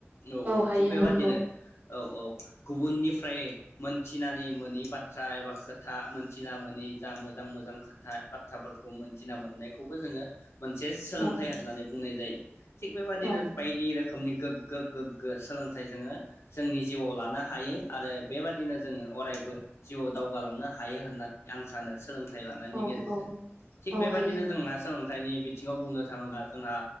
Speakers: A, on the left; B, on the right.
A: औ औ
B: हायो
A: थिक बेबादिनो
B: हायो नंगौ
A: औ औ गुबुननिफ्राय मोनथिनानै मोनि बाथ्रा एबा खोथा मोनथिना मोन नि जा मोजां मोजां खोथा बाथ्राफोरखौ मोनथिना मोननायखौबो जोङो मोनसे सोलोंथाइ
B: औ
A: होननानै बुंनाय जायो थिग बेबादिनो
B: औ
A: बायदि रोखो खोमनि गोग्गो गोग्गो सोलोंथाइ जोङो जोंनि जिउआव लानो हायो आरो बेबादिनो जोङो अरायबो जिउआव दावगालांनो हायो होनना आं सानो सोलोंथाइ लानायनि
B: औ
A: गेजेरजों
B: औ
A: थिग
B: औ
A: बेबादिनो
B: हायो
A: जोंना सोलों थायनि बिथिंङाव बुंनो थांङोब्ला जोंहा